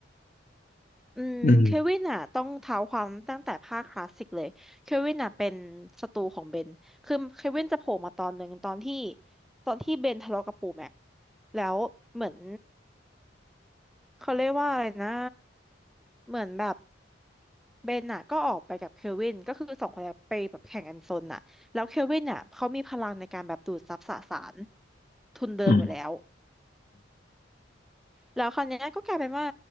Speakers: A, in the centre; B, on the left.
A: อืมเควินอ่ะต้องเท้าความตั้งแต่ภาคคลาสสิกเลยเควินอ่ะเป็นศัตรูของเบนคือเควินจะโผล่มาตอนหนึ่งตอนที่
B: อืม
A: ตอนที่เบนทะเลาะกับปู่แม็กแล้วเหมือน เขาเรียกว่าอะไรนะ เหมือนแบบเบนน่ะก็ออกไปกับเคลวินก็คือสองคนเนี้ยไปแบบแข่งกันซนน่ะแล้วเคลวินน่ะเขามีพลังในการแบบดูดซับสสารทุนเดิมอยู่แล้ว
B: อืม
A: แล้วคราวเนี้ยก็กลายเป็นว่า